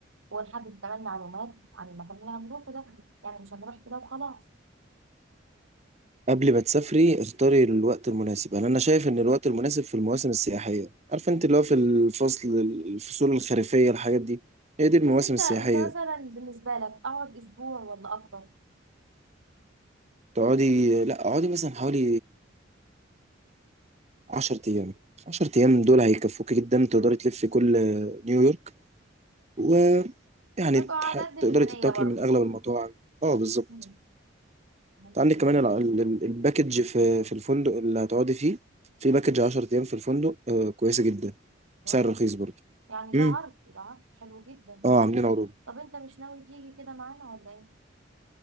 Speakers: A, on the right; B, on the right.
A: ونحدد كمان معلومات عن المكان اللي هنروحه ده يعني مش هنروح كده وخلاص
B: قبل ما تسافري اختاري الوقت المناسب انا أنا شايف ان الوقت المناسب في المواسم السياحيه عارفه انت اللي هو في الفصل الفصول الخريفيه الحاجات دي هي دي المواسم
A: بس انت
B: السياحيه
A: انت مثلا بالنسبة لك اقعد اسبوع ولا اكتر
B: تقعدي لا اقعدي مثلا حوالي 10 ايام 10 ايام دول هيكفوكي جدا تقدري تلفي كل نيويورك ويعني
A: هيبقى
B: تح-
A: على قد الميزانية
B: تقدري تتاكلي
A: برضه
B: من اغلب المطاعم اه بالظبط
A: مم، مهم
B: أنت عندك
A: جدا
B: كمان ال- ال- الباكج في في الفندق اللي هتقعدي فيه في باكج
A: مم،
B: 10 ايام في الفندق آه، كويسه جدا
A: والله.
B: بسعر رخيص برضه
A: يعني ده
B: امم
A: عرض ده عرض حلو جدا
B: اه عاملين عروض
A: طب انت مش ناوي تيجي كده معانا ولا ايه